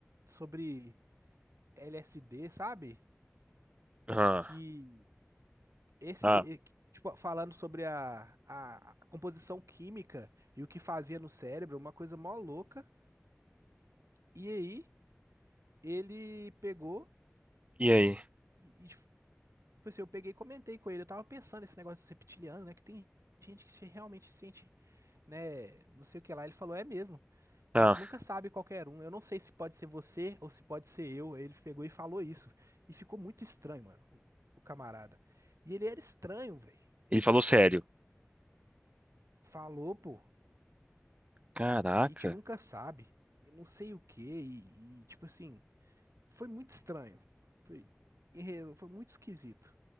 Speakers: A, on the right (about 85°); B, on the right (about 25°).
A: sobre LSD, sabe?
B: Ah,
A: Que esse,
B: ah,
A: e- que, tipo, falando sobre a, a, a composição química e o que fazia no cérebro, uma coisa mó louca. E aí ele pegou
B: e aí?
A: e, e, tipo assim, eu peguei e comentei com ele. Eu tava pensando nesse negócio dos reptilianos, né? Que tem gente que se- realmente se sente, né? Não sei o que lá. Ele falou, é mesmo. E
B: Ah,
A: a gente nunca sabe qualquer um. Eu não sei se pode ser você ou se pode ser eu. Aí ele pegou e falou isso. E ficou muito estranho, mano, o, o camarada. E ele era estranho, velho.
B: ele falou sério.
A: Falou, pô,
B: Caraca.
A: que a gente nunca sabe. E não sei o quê. E, e, tipo assim, foi muito estranho. Foi, em resu- foi muito esquisito.